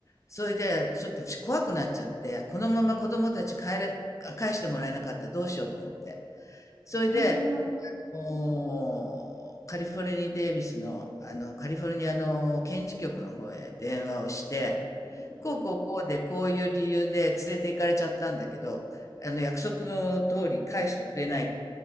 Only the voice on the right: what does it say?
うん。うーん、うん、
うん、